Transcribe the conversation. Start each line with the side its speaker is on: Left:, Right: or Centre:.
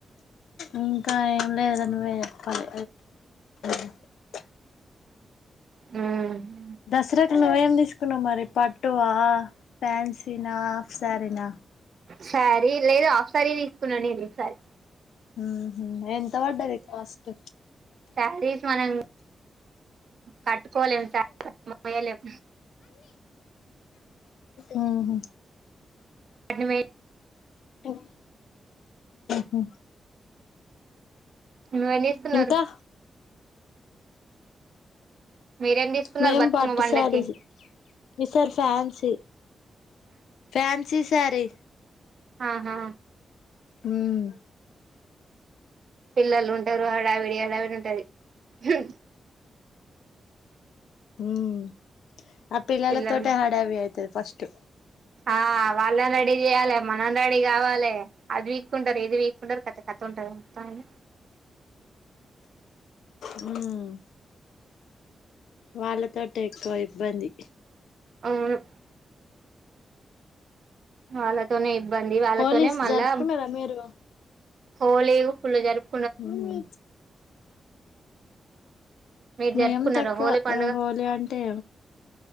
Left: ఇంకా ఏం లేదు నువ్వే చెప్పాలి <unintelligible>
Right: ఉ మ్
Left: దసరాకు నువ్వేం తీసుకున్నావు మరి పట్టువా ఫ్యాన్సీనా హాఫ్ శారీనా
Right: సారీ లేదు హాఫ్ సారీ తీసుకున్న నేనిసారి
Left: ఉహ్మ్ ఎంత పడ్డది కాస్ట్
Right: శారీస్ మనం కట్టుకోలేము శారీస్ మోయలేము
Left: ఉమ్ హు
Right: అనిమే
Left: ఉమ్ హు
Right: నువ్ ఏం చేస్తున్నారు
Left: ఇంకా
Right: మీరేం తీసుకున్నారు
Left: మేం
Right: బతుకమ్మ
Left: పట్టు
Right: పండక్కి
Left: సారీస్ ఈసారి ఫ్యాన్సీ ఫ్యాన్సీ సారీ
Right: ఆహా
Left: హ్మ్
Right: పిల్లలు ఉంటారు హడావిడి హడావిడి ఉంటది హ్మ్
Left: హ్మ్ ఆ పిల్లల
Right: పిల్లలు
Left: తోట హడావి అయితది ఫస్ట్
Right: ఆ వాళ్ళని రెడీ చేయాలే మనం రెడీ కావాలే అది వీక్కుంటారు ఇది వీక్కుంటారు కథ కథ ఉంటది పైన
Left: హ్మ్ వాళ్ళతోటి ఎక్కువ ఇబ్బంది
Right: అవును వాళ్ళతోనే ఇబ్బంది వాళ్ళతోనే
Left: హోలీస్
Right: మళ్ళా
Left: జరుపుకున్నారా మీరు
Right: హోలీ ఫుల్ జారుప్
Left: హ్మ్
Right: మీరు
Left: మేం
Right: జరుపుకున్నారా
Left: తక్కువ
Right: హోలీ పండుగ
Left: అ హోలీ అంటే